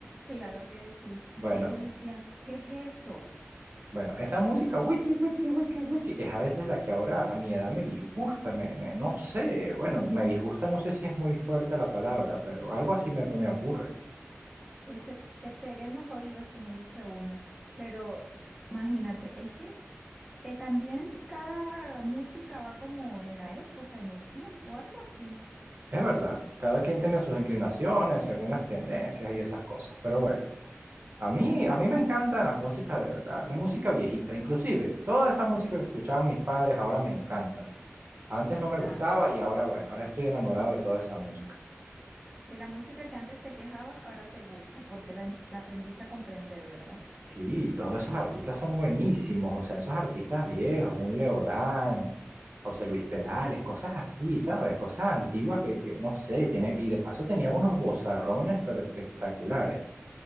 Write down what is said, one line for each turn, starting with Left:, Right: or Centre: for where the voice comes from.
Centre: Claro que sí.
Right: Bueno,
Centre: Si ellos decían, ¿qué es eso?
Right: bueno, esa música wiki, wiki, wiki, wiki, es a veces la que ahora a mi edad me disgusta, me, me- no sé, bueno, me disgusta, no sé si es muy fuerte la palabra, pero algo así me, me ocurre.
Centre: Te, se- te peguen los oídos, como dice uno. Pero s- imagínate, es que eh, también cada música va como en la época, en el tiempo, algo así.
Right: Es verdad, cada quien tiene sus inclinaciones según las tendencias y esas cosas, pero bueno. A mí, a mí me encantan las músicas de verdad, la música viejita, inclusive toda esa música que escuchaban mis padres ahora me encanta. Antes no me
Centre: Ah,
Right: gustaba y ahora bueno, ahora estoy enamorado de toda esa música.
Centre: De la música que antes te quejabas, ahora te gusta, porque la, en- la aprendiste a comprender, ¿verdad?
Right: Sí, todos esos artistas son buenísimos, o sea, esos artistas viejos, un Leodán, José Luis Perales, cosas así, ¿sabes? Cosas antiguas que, que no sé, tiene, y de paso tenía unos vozarrones pero espectaculares.